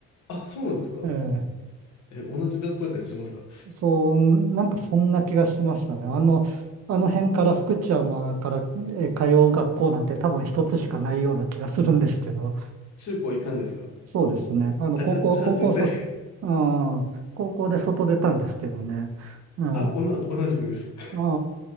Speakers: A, on the left; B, on the right.
A: あ、そうなんですか
B: ええ
A: え、同じ学校やったりしますか
B: そう、なんかそんな気がしましたね。あの、あの辺から福知山からえ通う学校なんて多分一つしかないような気がするんですけど、
A: 中高一貫ですか
B: そうですね。あの、
A: あ、
B: 高校、
A: じゃ、じゃあ絶対
B: 高校そ、うん、高校で外出たんですけどね。うん、
A: あ、おな、
B: あ
A: 同じくです。
B: あ、